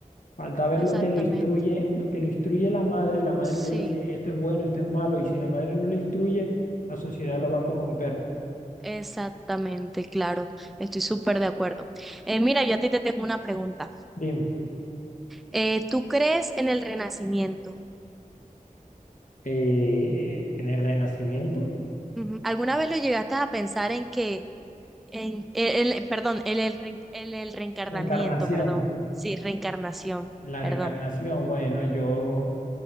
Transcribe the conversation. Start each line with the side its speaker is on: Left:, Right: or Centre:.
Left: Falta ver
Centre: Exactamente.
Left: lo que lo instruye, lo que le instruye la madre, la madre
Centre: Sí,
Left: le dice, esto es bueno, esto es malo, y si la madre no le instruye, la sociedad lo va a corromper.
Centre: exactamente, claro. Estoy súper de acuerdo. Eh, mira, yo a ti te tengo una pregunta.
Left: Dime,
Centre: Eh, ¿tú crees en el renacimiento?
Left: eh, en el renacimiento,
Centre: Ujú. ¿Alguna vez lo llegaste a pensar en que, en, el, el- perdón, el, el, re- el, el reencarnamiento,
Left: reencarnación,
Centre: perdón, sí, reencarnación,
Left: en la
Centre: perdón,
Left: reencarnación, bueno, yo